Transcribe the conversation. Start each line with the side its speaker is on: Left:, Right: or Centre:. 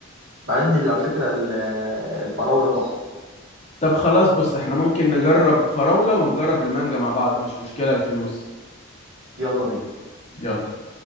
Right: مع ان على فكره ال- آه، الفراوله تحفه
Left: طب خلاص بص احنا ممكن نجرب فراولة ونجرب المانجا مع بعض مش مشكلة الفلوس
Right: يلا بينا
Left: يلا